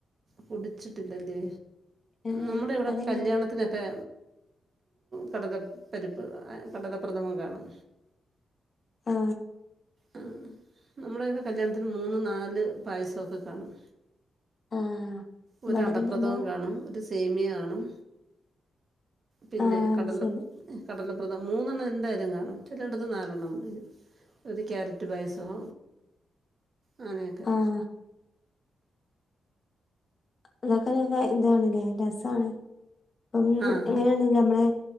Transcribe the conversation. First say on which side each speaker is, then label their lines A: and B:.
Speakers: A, on the right; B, on the left.
A: കുടിച്ചിട്ടില്ലല്ലേ
B: ഏഹ്
A: നമ്മുടെ ഇവിടെക്കെ
B: അതെങ്ങനെ
A: കല്യാണത്തിനൊക്കെ കടല പരിപ്പ് കടലപ്രഥമം കാണും
B: ആ
A: അ നമ്മുടെയൊക്കെ കല്യാണത്തിന് മൂന്ന് നാല് പായസമൊക്കെ കാണും
B: ആഹ്
A: ഒരു
B: ഇവിടെ
A: അടപ്രദമൻ
B: പിന്നെ നമ്മള്
A: കാണും ഒരു സേമിയകാണും പിന്നെ
B: ആഹ്
A: കടല
B: അത് ശരി
A: കടല മൂന്നെണ്ണം എന്തായാലും കാണും ചില ഇടത്ത് നാലെണ്ണം ഒരു ക്യാരറ്റ് പായസം അങ്ങനെയൊക്കെ
B: ആഹ് അതൊക്കെ <unintelligible> ഇതാണ്ല്ലേ രസാണ് അപ്പം
A: ആ ആ
B: എങ്ങനെയാണങ്കി നമ്മളെ